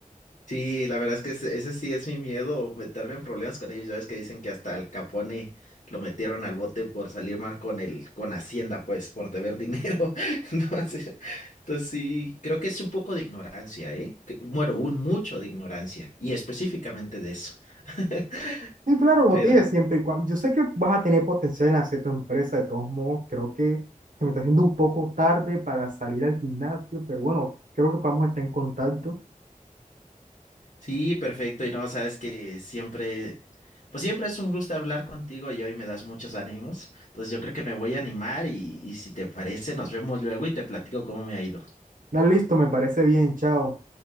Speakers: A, on the left; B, on the right.
A: Sí, la verdad es que ese, ese sí es mi miedo, meterme en problemas con ellos. Ya ves que dicen que hasta Al Capone lo metieron al bote por salir mal con el, con Hacienda, pues, por deber dinero. <laughs> Entonces, entonces sí, creo que es un poco de ignorancia, ¿eh? Que- Bueno, un mucho de ignorancia, y específicamente de eso. <laughs>
B: Sí, claro, como
A: Pero,
B: te dije, siempre y cuando. Yo sé que vas a tener potencial en hacer tu empresa, de todos modos, creo que se me está haciendo un poco tarde para salir al gimnasio, pero bueno, creo que vamos a estar en contacto.
A: Sí, perfecto. Y no, sabes que siempre, pues siempre es un gusto hablar contigo y hoy me das muchos ánimos. Entonces yo creo que me voy a animar y, y si te parece, nos vemos luego y te platico cómo me ha ido.
B: Dale, listo, me parece bien, chao.